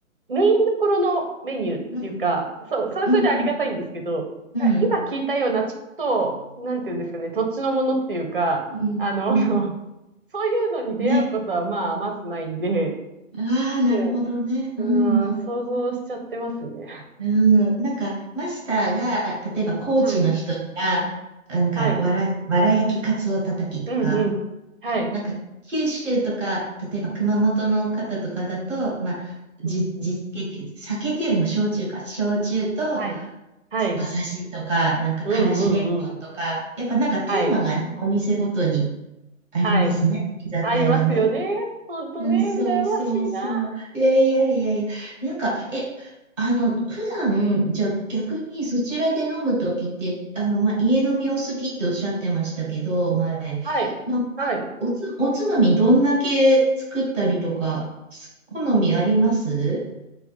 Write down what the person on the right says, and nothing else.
メインどころのメニューっていうか、
そう、それはそれでありがたいんですけど、
今聞いたようなちょっと、なんていうんですかね、土地のものっていうか、
あの、
<laughs> そういうのに出会うことはまあまずないんで、
そう。
うん、
想像しちゃってますね。
はい。
はい。
うんうん。はい。
うんうん。
はい。はい。
うんうんうん。
はい。
はい。
ありますよね。ほんとね、
羨ましいな。
はい。
はい。